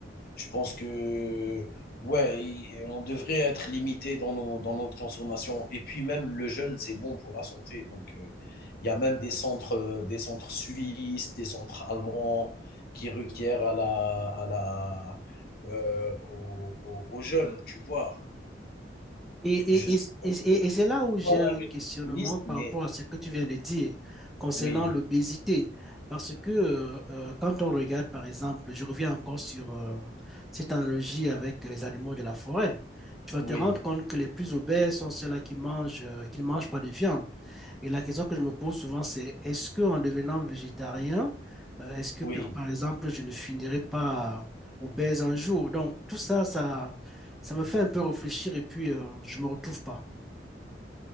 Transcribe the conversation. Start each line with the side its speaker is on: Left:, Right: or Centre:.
Left: je pense que ouais, il- on devrait être limité dans nos, dans notre consommation. Et puis même le jeûne, c'est bon pour la santé. Donc euh, il y a même des centres, euh, des centres suisses, des centres allemands qui requièrent à la, à la, euh, au, au, au jeûne, tu vois.
Centre: Et,
Left: Je
Centre: et,
Left: sais
Centre: et, et- et et c'est là où j'ai
Left: pas
Centre: un
Left: nutritionniste,
Centre: questionnement par
Left: mais
Centre: rapport à ce que tu viens de dire concernant
Left: oui,
Centre: l'obésité. Parce que euh, euh, quand on regarde, par exemple, je reviens encore sur euh, cette analogie avec les animaux de la forêt, tu vas
Left: oui,
Centre: te rendre compte que les plus obèses sont ceux-là qui mangent, euh, qui ne mangent pas de viande. Et la question que je me pose souvent, c'est est-ce que en devenant végétarien, euh, est-ce que
Left: oui.
Centre: par, par exemple, je ne finirai pas euh, obèse un jour? Donc, tout ça, ça, ça me fait un peu réfléchir et puis euh, je ne me retrouve pas.